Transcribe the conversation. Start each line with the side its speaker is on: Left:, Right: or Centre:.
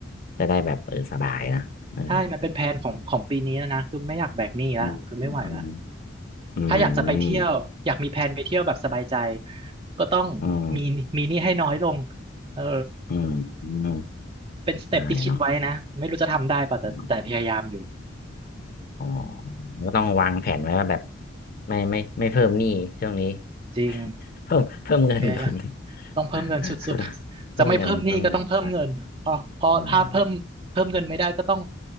Left: จะได้แบบเออสบายนะเออ
Right: ใช่มันเป็นแผนของของปีนี้แล้วนะคือไม่อยากแบกหนี้ละคือไม่ไหวละ
Left: อืมอืมอื
Right: ถ้าอยากจะไปเที่ยว
Left: ม
Right: อยากมีแผนไปเที่ยวแบบสบายใจก็ต้อง
Left: อืม
Right: มีมีหนี้ให้น้อยลง เออ
Left: อืมอืม
Right: เป็นสเต็ปที่คิดไว้นะ
Left: ใช่เนาะ
Right: ไม่รู้จะทำได้ป่ะแต่แต่พยายามอยู่
Left: อืมอ๋อก็ต้องวางแผนไว้ว่าแบบไม่ไม่ไม่เพิ่มหนี้ช่วงนี้
Right: จริง
Left: <laughs> เพิ่มเพิ่มเงินก่อน
Right: พยายามต้องเพิ่มเงินสุดๆ
Left: <laughs> เพิ่มเงินเพิ่มเงินอ่ะ
Right: จะไม่เพิ่มหนี้ก็ต้องเพิ่มเงินพอพอถ้าเพิ่มเพิ่มเงินไม่ได้ก็ต้อง
Left: อื๋อม